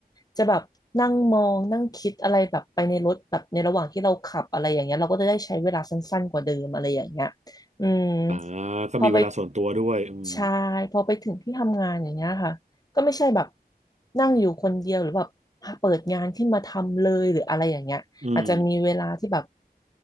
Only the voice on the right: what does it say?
อ่าก็มีเวลาส่วนตัวด้วยอืม
อืม